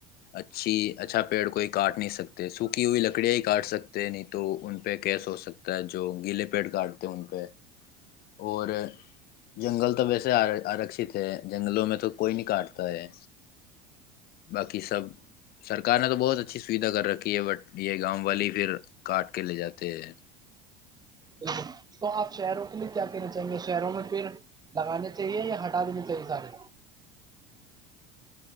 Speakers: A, on the left; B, on the right.
A: اچھی اچھا پیڑ کوئی کاٹ نہیں سکتے سوکھی ہوئی لکڑیاں ہی کاٹ سکتے نہیں تو ان پہ کیس ہو سکتا ہے جو گیلے پیڑ کاٹتے ان پہ اور جنگل تو ویسےر شکت ہے جنگلوں میں تو کوئی نہیں کاٹتا ہے باقی سب سرکار نے تو بہت اچھی سویدھا کر رکھی ہے بٹ یہ گاؤں والی پھر کاٹ کے لے جاتے ہے
B: بالکل تو آپ شہروں کے لیے کیا کہنے چاہیں گے شہروں میں پیڑ لگانے چاہیے یا ہٹا دینے چاہیے سارے